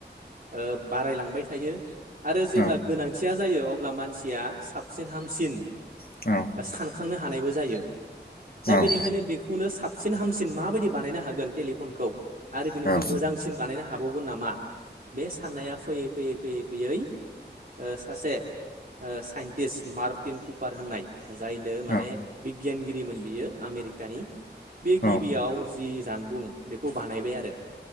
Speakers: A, on the right; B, on the left.
A: ओ बारायलांबाय थायो आरो जेब्ला
B: औ
A: गोनांथिया जायो अब्ला मानसि या साबसिन हामसिन
B: औ औ
A: सानखांनो हानायबो जायो। दा बेनिखायनो
B: औ
A: बेखौनो साबसिन हामसिन माबायदि बानायनो हागोन टेलिफनखौ आरो बिनिख्रुइ
B: औ नोंथां
A: मोजांसिन बानायनो हाबावगोन नामा बे साननाया फैयै फैयै फैयै फैयै ओ सासे ओ साइन्टिस्ट मार्टिन कुपार होननाय। जायनो माने
B: औ
A: बिगियानगिरिमोन बियो आमेरिकानि बि
B: औ
A: गिबियाव जि जानबुं बेखौ बानायबाय आरो।